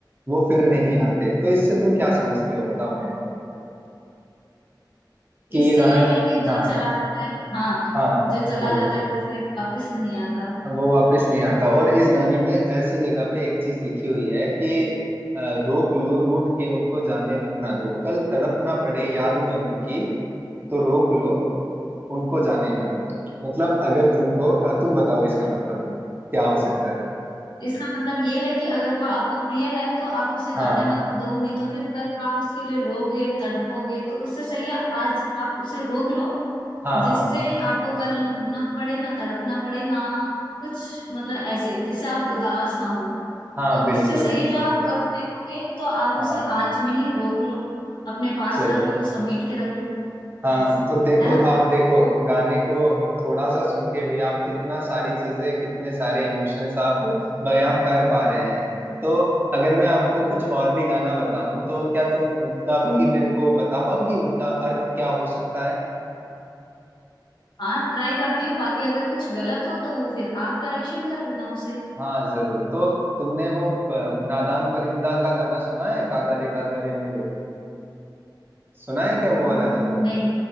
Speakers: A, on the right; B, on the left.
A: वो फिर नहीं आते तो इससे तुम क्या समझते हो बताओ मेरे को कि
B: इससे
A: ये गाना
B: ये है कि जो
A: हाँ
B: चला जाता है हाँ
A: हाँ
B: जो चला
A: बोलो
B: जाता है वो फिर वापस नहीं आता
A: अब वो वापस नहीं आता और इस गाने में ऐसी जगह पे एक चीज लिखी हुई है कि अ, रोक लो रूठ के उनको जाने ना दो कल तड़पना पड़े याद में उनकी तो रोक लो उनको जाने ना दो मतलब अगर तुमको अ, तुम बताओ इसका मतलब क्या हो सकता है
B: इसका मतलब ये है कि अगर वो आपको प्रिय है तो आप उसे जाने
A: हाँ
B: मत दो नहीं तो फिर कल आप उसके लिए रोगे तड़पोगे तो उससे सही है आज आप उसे रोक लो
A: हाँ
B: जिससे
A: हाँ
B: आपको कल ना रोना पड़े ना तड़पना पड़े ना कुछ मतलब ऐसे जिससे आप उदास ना हो
A: हाँ
B: तो
A: बिल्कुल
B: उससे सही
A: बिल्कुल
B: है जो आप कल देखोगे तो आप उसे
A: हाँ
B: आज में ही रोक लो अपने पास
A: चलो
B: रख लो समेट के रख लो
A: हाँ
B: ऐसे
A: तो देखो
B: है ना
A: आप देखो गाने को थोड़ा सा सुन के भी आप कितना सारी चीजें कितने सारे इमोशंस आप बयां कर पा रहे हैं तो अगर मैं आपको कुछ और भी गाना बताऊं तो क्या तुम उनका भी मेरे को बता पाओगी उनका अर्थ क्या हो सकता है
B: हाँ ट्राई करती हूँ बाकी अगर कुछ गलत हो तो वो फिर आप करेक्शन कर देना उसे
A: हाँ जरूर तो तुमने वो अ, नादान परिंदा का गाना सुना है कागारे कागारे मोरे सुना है क्या वो
B: अम्म,
A: वाला गाना
B: नहीं